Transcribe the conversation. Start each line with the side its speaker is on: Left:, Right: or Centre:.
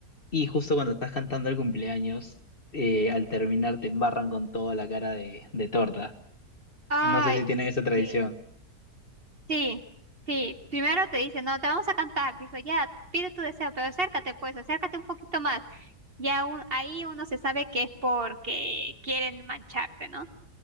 Left: y justo cuando estás cantando el cumpleaños, eh, al terminar te embarran con toda la cara de, de torta.
Right: Ay,
Left: No sé si tienen esa tradición.
Right: sí. Sí, sí. Primero te dice, no, te vamos a cantar. Dijo, ya, pide tu deseo, pero acércate, pues, acércate un poquito más. Ya un- ahí uno se sabe que es porque quieren mancharte, ¿no?